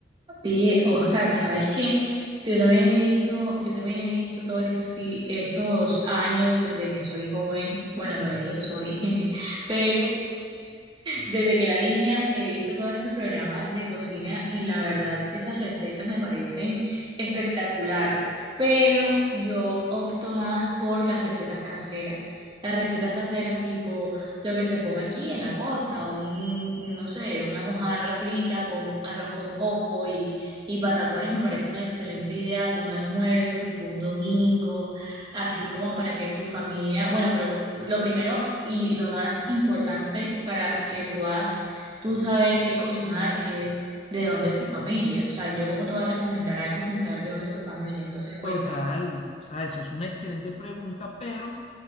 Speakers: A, on the right; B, on the left.
A: Oye, Oscar, ¿sabes qué? Yo también he visto, yo también he visto todos estos, ti- estos años desde que soy joven, bueno, todavía lo soy, <laughs> jeje, pero Desde que era niña he visto todos esos programas de cocina y la verdad, esas recetas me parecen espectaculares, pero yo opto más por las recetas caseras. Las recetas caseras tipo lo que se come aquí en la costa, un, no sé, una mojarra frita con arroz con coco y, y patacones me parece una excelente idea de un almuerzo tipo un domingo así como para que tu familia, bueno, pero lo primero y lo más importante para que puedas tú saber qué cocinar es de dónde es tu familia. O sea, yo cómo te voy a recomendar algo sin saber de dónde es tu familia, entonces cuéntame.
B: Total, o sea, eso es una excelente pregunta, pero